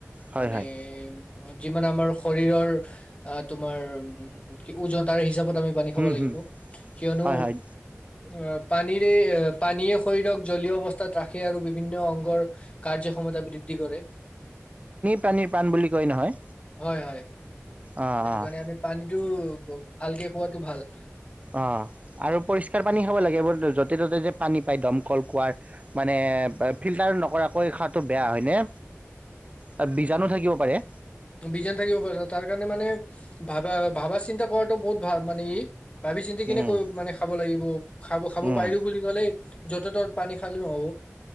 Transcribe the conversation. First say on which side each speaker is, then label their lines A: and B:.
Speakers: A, on the right (about 25°); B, on the left (about 25°).
A: হয়,
B: মানে,
A: হয়,
B: যিমানে আমাৰ শৰীৰৰ তোমাৰ কি উজতাৰ হিচাপত আমি পানী খাব
A: উম,
B: লাগিব।
A: হুম,
B: কিয়নো
A: হয়, হয়,
B: অ' পানীৰে এ পানীয়ে শৰীৰক জলীয় অৱস্থাত ৰাখে আৰু বিভিন্ন অংগৰ কাৰ্যক্ষমতা বৃদ্ধি কৰে।
A: পানীৰ পাণ বুলি কয় নহয়।
B: হয় হয়
A: অ',
B: সেইটো
A: অ',
B: কাৰণে আমি পানীতটো ভালকে খোৱাটো ভাল।
A: অ'আৰু পৰিষ্কাৰ পানী খাব লাগে। কেৱল য'তে- ত'তে যে পানী পায় দমকল কঁৱোৱাৰ মানে ফিল্টাৰ নকৰাকৈ খোৱাটো বেয়া হয়নে? তাত বীজাণু থাকিব পাৰে।
B: বীজাণু থাকিব তাৰ কাৰণে মানে ভাবা ভাবা চিন্তা কৰাটো বহুত ভাল মানে ই। ভাবি চিন্তি কিনি
A: উম,
B: ক মানে খাব লাগিব। খাব খাব
A: উম,
B: পাৰিলো বুলি ক'লেই য'তে ত'ত পানী খালে নহ'ব।